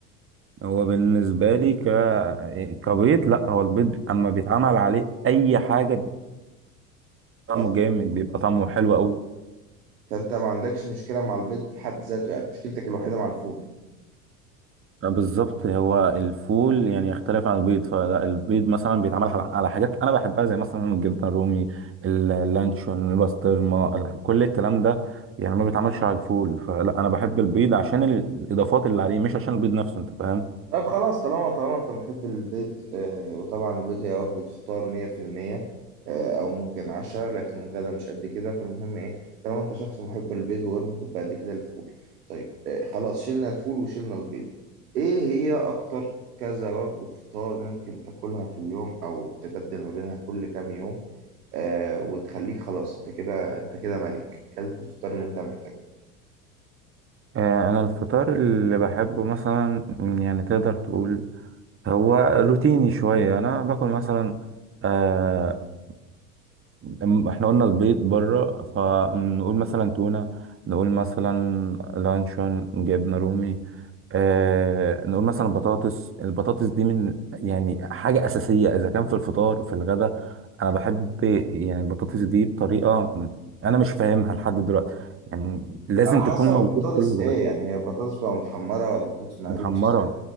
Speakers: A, on the right; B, on the right.
A: هو بالنسبة لي ك... كبيض لا هو البيض اما بيتعمل عليه اي حاجة بيبقى طعمه
B: آه.
A: جامد بيبقى طعمه حلو قوي
B: فانت ما عندكش مشكله مع البيض في حد ذاته يعني مشكلتك الوحيده مع الفول
A: بالظبط هو الفول يعني يختلف عن البيض فالبيض مثلا بيتعمل على على حاجات انا بحبها زي مثلا الجبنة الرومي اللانشون البسطرمة ال- كل الكلام ده يعني ما بيتعملش على الفول فلا انا بحب البيض عشان ال- الاضافات اللي عليه مش عشان البيض نفسه انت فاهم
B: طب خلاص طالما طالما انت محب البيض آه وطبعا البيض هي وجبة فطار 100% آه او ممكن عشاء لكن الغدا مش قد كده فالمهم ايه طالما انت شخص محب للبيض وغير محب قد كده للفول طيب آه خلاص شلنا الفول وشلنا البيض ايه هي اكتر كذا وجبة فطار ممكن تاكلها في اليوم او تبدل ما بينها كل كام يوم آه وتخليك خلاص انت كده انت كده ملك كلت الفطار اللي انت محتاجه
A: آه، انا الفطار اللي بحبه مثلا يعني تقدر تقول هو روتيني شوية أنا باكل مثلا آه م- إحنا قلنا البيض بره فنقول مثلا تونة نقول مثلا لانشون جبنة رومي آه نقول مثلا بطاطس البطاطس دي من يعني حاجة أساسية إذا كان في الفطار في الغداء أنا بحب يعني البطاطس دي بطريقة أنا مش فاهمها لحد دلوقتي يعني لازم
B: على حسب
A: تكون موجودة
B: البطاطس
A: في كل الغداء
B: ايه يعني هي بطاطس بتبقى متحمرة ولا بطاطس مهروس
A: متحمرة